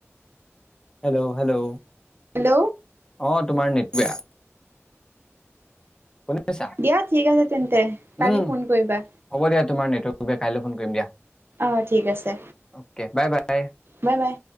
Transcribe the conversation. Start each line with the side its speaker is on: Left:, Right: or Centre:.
Left: হেল্ল'। হেল্ল'।
Right: হেল্ল'।
Left: অ তোমাৰ নেট বেয়া। শুনিছা
Right: দিয়া ঠিক আছে তেন্তে কালি
Left: উম
Right: ফোন কৰিবা।
Left: হ'ব দিয়া তোমাৰ নেটৱৰ্ক বেয়া কাইলৈ ফোন কৰিম দিয়া।
Right: অ ঠিক আছে।
Left: Okay bye bye
Right: bye-bye.